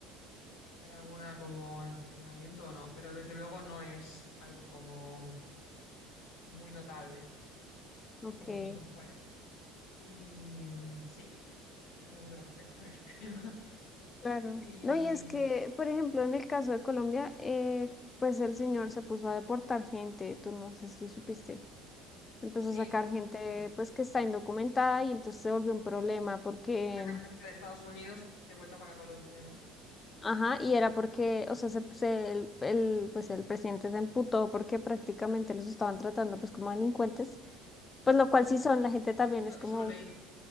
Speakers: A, on the left; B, on the left.
A: hay alguna como en funcionamiento o no, pero desde luego no es algo como muy notable,
B: Ok,
A: es más en los otros países. Y mm, sí, ese es otro aspecto del <laughs> tema.
B: claro.
A: Y
B: No, y es que, por ejemplo, en el caso de Colombia, eh, pues el señor se puso a deportar gente, tú no sé si supiste. Empezó
A: sí,
B: a sacar gente pues que está indocumentada y entonces se volvió un problema porque
A: sacar gente de Estados Unidos de vuelta para Colombia, ¿no?
B: Ajá, y era porque, o sea, se, se- el, el, pues el presidente se emputó porque prácticamente los estaban tratando pues como delincuentes, pues lo cual sí
A: Claro.
B: son, la gente también
A: Eso,
B: es como,
A: eso lo leí,